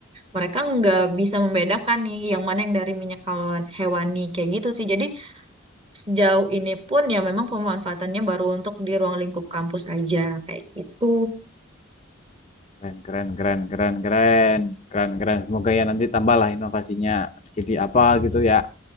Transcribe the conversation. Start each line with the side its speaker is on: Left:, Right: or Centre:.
Right: mereka nggak bisa membedakan nih yang mana yang dari minyak hewan- hewani kayak gitu sih. Jadi sejauh ini pun ya memang pemanfaatannya baru untuk di ruang lingkup kampus aja kayak gitu.
Left: Keren, keren, keren, keren, keren, keren, keren. Semoga ya nanti tambahlah inovasinya. Jadi apa gitu ya.